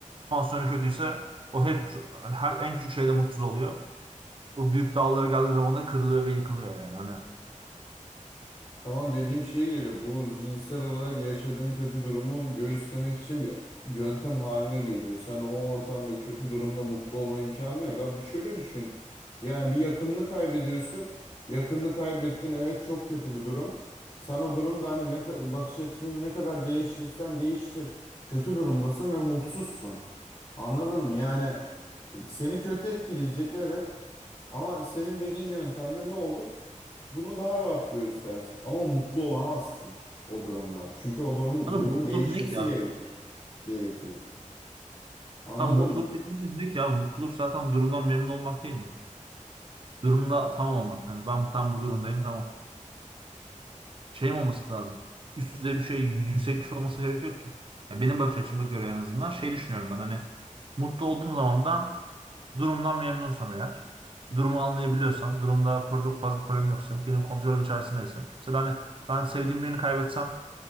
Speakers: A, on the right; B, on the left.
A: pansiyonu kötüyse o hep yani her en küçük şeyde mutsuz oluyor. O büyük dağlara geldiği zaman da kırılıyor ve yıkılıyor yani. Hani,
B: Tamam dediğim şeye geliyor. Bu zihinsel olarak yaşadığın kötü durumu göğüslemek için bir yöntem haline geliyor. Sen o ortamda kötü durumda mutlu olma imkanı yok. Abi şöyle düşün. Yani bir yakınını kaybediyorsun. Yakınını kaybettin. Evet çok kötü bir durum. Sen o durumda hani ne ka- bakış açısını ne kadar değiştirsen değiştir. Kötü durumdasın ve mutsuzsun. Anladın mı? Yani e, seni kötü etkileyecek evet. Ama senin dediğin yöntemle ne olur? Bunu daha rahat göğüslersin. Ama mutlu olamazsın o durumda. Çünkü o durum,
A: hani
B: durumun
A: mutluluk
B: değişmesi
A: ne ki abi?
B: gerekir. Gerekiyor. Anladım.
A: Ha mutluluk dediğimiz ne ki abi? Mutluluk zaten durumdan memnun olmak değil mi? Durumda tamam olmak. Yani ben tam bu durumdayım tamam. şey mi olması lazım? Üst düzey bir şey, yüksek bir şey olması gerek yok ki. Ya benim bakış açıma göre en azından şey düşünüyorum ben hani mutlu olduğum zaman ben durumdan memnunsam eğer, durumu anlayabiliyorsam, durumda pro- çok fazla problem yoksa, benim kontrolüm içerisindeyse. Mesela hani ben sevdiğim birini kaybetsem